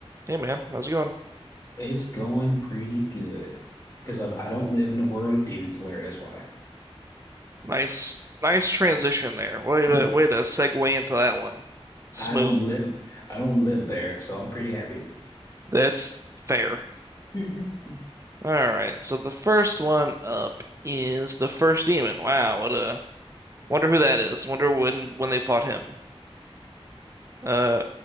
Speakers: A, on the right; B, on the left.
A: Hey man, how's it going?
B: It's going pretty good because I I don't live in the world of Demon Slayer. That's why
A: Nice, nice transition there. Way
B: <laughs>
A: to way to segue into that one. Smooth.
B: I don't live I don't live there, so I'm pretty happy.
A: That's fair.
B: <laughs>
A: All right. So the first one up is the first demon. Wow, what a wonder who that is. Wonder when when they fought him. Uh,